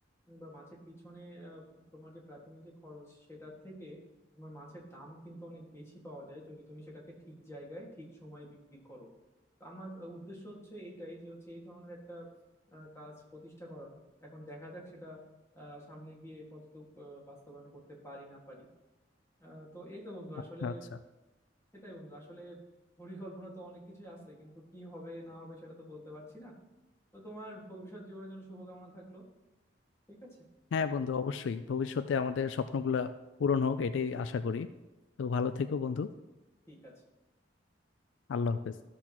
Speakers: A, on the left; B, on the left.
A: উম, বা মাছের পিছনে আহ, তোমার যে প্রাথমিক যে খরচ সেটার থেকে তোমার মাছের দাম কিন্তু অনেক বেশি পাওয়া যায় যদি তুমি সেটাকে ঠিক জায়গায় ঠিক সময়ে বিক্রি করো তো আমার আহ, উদ্দেশ্য হচ্ছে এইটাই যে হচ্ছে এই ধরনের একটা আহ, কাজ প্রতিষ্ঠা করানো এখন দেখা যাক সেটা আহ, সামনে গিয়ে কতটুকু আহ, বাস্তবায়ন করতে পারি না পারি আহ, তো এই তো বন্ধু
B: আচ্ছা
A: আসলে
B: আচ্ছা
A: সেটাই বন্ধু আসলে পরিকল্পনা তো অনেক কিছুই আছে কিন্তু কি হবে না হবে সেটা তো বলতে পারছি না তো তোমার ভবিষ্যৎ জীবনের জন্য শুভকামনা থাকলো ঠিক আছে
B: হ্যাঁ বন্ধু অবশ্যই ভবিষ্যতে আমাদের স্বপ্নগুলা পূরণ হোক এটাই আশা করি তো ভালো থেকো বন্ধু
A: ঠিক আছে
B: আল্লাহ হাফেজ